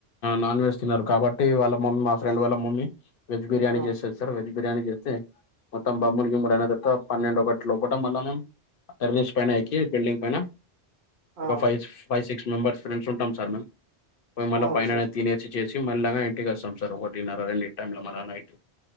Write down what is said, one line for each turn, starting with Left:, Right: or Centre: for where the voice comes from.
Left: నాన్ వెజ్ తిన్నారు. కాబట్టి వాళ్ళ మమ్మీ మా ఫ్రెండ్ వాళ్ళ మమ్మీ వెజ్ బిర్యానీ
Right: ఆ
Left: చేస్తది. సార్ వెజ్ బిర్యానీ చేస్తే మొత్తం బమ్మలు గుములు అయిన తర్వాత పన్నెండు ఒకటీ లోపటం మళ్ళా మేము టర్నిస్ పైన ఏకి బిల్డింగ్ పైన ఒక
Right: ఆ
Left: five five six members friends ఉంటాం సార్ మేము పో మళ్ళా
Right: అవును
Left: పైననే
Right: సార్
Left: తినే చ్చ చేసి మేళ్ల్లగా ఇంటికి వస్తాం సార్ ఒకటినర రెండిటి టైమ్ లో మల్ల నైట్